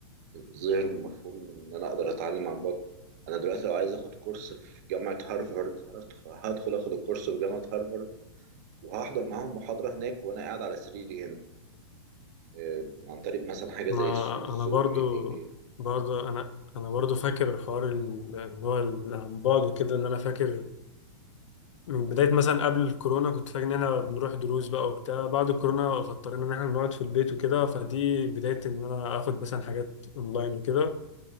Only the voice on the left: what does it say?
انا
انا برضو
برضو انا انا برضو فاكر حوار ال- اللي هو ال- عن بعد وكده ان انا فاكر من بداية مثلا قبل الكورونا كنت فاكر ان احنا بنروح دروس بقى وبتاع بعد الكورونا فاضطرينا ان احنا نقعد في البيت وكده فدي بداية ان انا اخد مثلا حاجات اونلاين وكده